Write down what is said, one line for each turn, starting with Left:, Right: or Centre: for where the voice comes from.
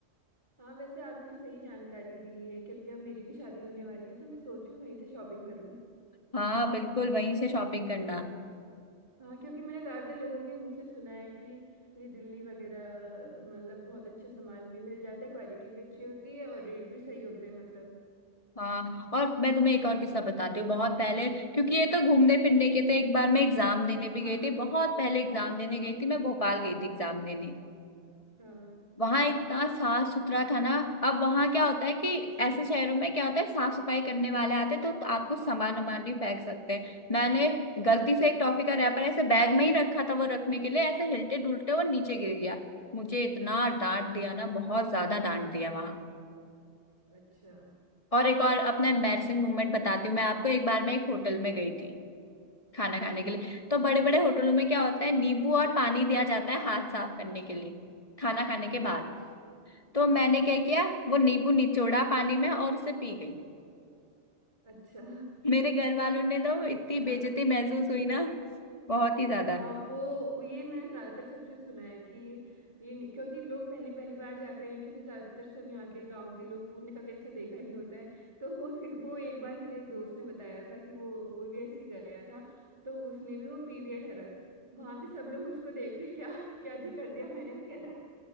Right: हाँ वैसे आपने सही जानकारी दी है क्योंकि अब मेरी भी शादी होने वाली है तो मैं सोच रही हूँ वहीं से शॉपिंग करूँ
Left: हाँ बिल्कुल वहीं से शॉपिंग करना
Right: हाँ क्योंकि मैंने ज्यादातर लोगों के मुंह से सुना है कि ये दिल्ली वगैरह मतलब बहुत अच्छा सामान भी मिल जाता है क्वालिटी भी अच्छी होती है और रेट भी सही होते हैं मतलब
Left: हाँ और मैं तुम्हें एक और किस्सा बताती हूँ बहुत पहले क्योंकि ये तो घूमने फिरने के थे एक बार मैं एग्जाम देने
Right: हाँ
Left: भी गई थी बहुत पहले एग्जाम देने गई थी मैं भोपाल गई थी एग्जाम देने
Right: हाँ
Left: वहां इतना साफ सुथरा था ना अब वहां क्या होता है कि ऐसे शहरों में क्या होता है साफ सफाई करने वाले आते हैं तो आपको सामान वामान भी फेंक सकते हैं मैंने गलती से एक टॉफी का रैपर ऐसे बैग में ही रखा था वो रखने के लिए ऐसे हिलते डुलते वो नीचे गिर गया मुझे इतना डांट दिया ना बहुत ज्यादा डांट दिया वहां।
Right: अच्छा
Left: और एक और अपना एम्बैरसिंग मोमेंट बताती हूँ मैं आपको एक बार मैं एक होटल में गई थी खाना खाने
Right: हाँ
Left: के लिए तो बड़े बड़े होटलों में क्या होता है नींबू और पानी दिया जाता है हाथ साफ करने के लिए खाना खाने के बाद
Right: अच्छा
Left: तो
Right: हाँ
Left: मैंने क्या किया वो नींबू निचोड़ा पानी में और उसे पी गई
Right: अच्छा
Left: मेरे घर वालों ने तो इतनी
Right: हाँ
Left: बेइज्जती महसूस हुई ना बहुत ही ज्यादा
Right: हाँ वो वो ये मैंने ज्यादातर सबसे सुना है कि ये ये नहीं, क्योंकि लोग पहली पहली बार जाते हैं क्योंकि ज्यादातर सब यहाँ के गांव के लोग उनने कभी ऐसा देखा नहीं होता है तो वो सी- वो एक बार मेरे एक दोस्त ने बताया था कि वो वो भी ऐसे ही गया था तो उसने भी वो पी दिया ठहरा वहां पे सब लोग उसको देख रहे क्या क्या जो कर दिया मैंने वो कह रहा